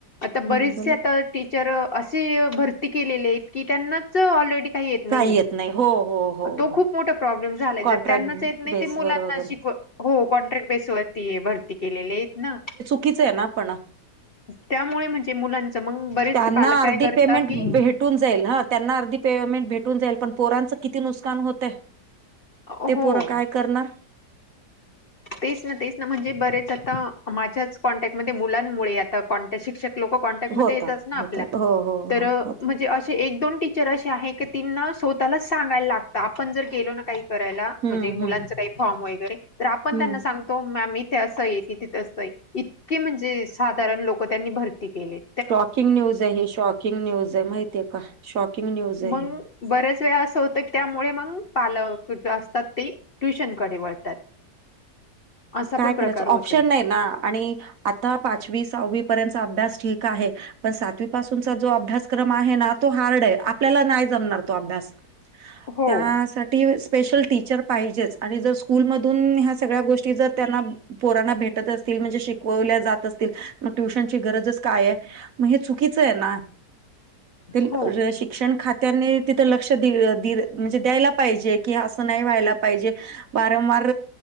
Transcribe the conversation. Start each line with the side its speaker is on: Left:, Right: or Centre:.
Left: आता बरेचसे
Right: हम्म बोला
Left: आता टीचर असे भरती केलेले आहेत. की, त्यांनाच ऑलरेडी करता येत नाहीये.
Right: काही नाही हो हो हो
Left: तो
Right: हो
Left: खूप मोठा प्रॉब्लेम झाला
Right: कॉन्ट्रॅक्ट
Left: त्यांनाच येत नाही.
Right: बेसवर
Left: ते मुलांना
Right: वगैरे
Left: शिक हो कॉन्ट्रॅक्ट बेसवरती भरती केलेली आहेत ना.
Right: चुकीच आहे ना पण
Left: त्यामुळे म्हणजे मुलांच मग बरेच
Right: त्यांना
Left: पालक
Right: अर्धी
Left: काय करता
Right: पेमेंट
Left: की
Right: भेट भेटून जाईल ह त्यांना अर्धी पेमेंट भेटून जाईल पण पोरांच किती नुकसान होतय.
Left: हो
Right: ते पोर काय करणार?
Left: तेच ना तेच ना म्हणजे बरेच आता माझ्याच कॉन्टॅक्टमध्ये मुलांमुळे आता कॉन्टॅक्ट लोक कॉन्टॅक्ट मध्ये
Right: होतात
Left: येतात ना
Right: होतात
Left: आपल्या
Right: हो हो
Left: तर
Right: होत
Left: म्हणजे अशे एक दोन टि टीचर असे आहे. तिना स्वतःलाच सांगायला लागत. आपण जर गेलो ना काही करायला
Right: हम्म
Left: म्हणजे मुलांच
Right: हम्म
Left: काही फॉर्म वगैरे तर आपण
Right: हम्म
Left: त्यांना सांग -तो मॅम ते असं ये तिथ असं इतके म्हणजे साधारण लोक त्यांनी भरती केलेत.
Right: शॉकिंग न्यूज आहे. ही शॉकिंग न्यूज आहे. माहितीये का शॉकिंग न्यूज आहे.
Left: मग बऱ्याच वेळा अस होत की, त्यामुळे मग पालक जे असतात ते ट्युशनकडे वळतात. असा
Right: काय
Left: पण प्रकार
Right: करायच ऑप्शन
Left: होतोय
Right: नाही ना आणि आता पाचवी सहावी पर्यंतचा अभ्यास ठीक आहे. पण सातवी पासूनचा जो अभ्यासक्रम आहे ना तो हार्ड आहे आपल्याला नाही जमणार तो अभ्यास.
Left: हो
Right: त्यासाठी स्पेशल टीचर पाहिजेच आणि जर स्कूलमधून ह्या सगळ्या गोष्टी जर त्यांना पोराना भेटत असतील म्हणजे शिकवल्या जात असतील. मग ट्युशनची गरजच काय मग हे चुकीच आहे ना. <unintelligible>
Left: हो
Right: शिक्षण खात्याने तिथं लक्ष दि दि म्हणजे द्यायला पाहिजे कि असं नाही व्हायला पाहिजे. वारंवार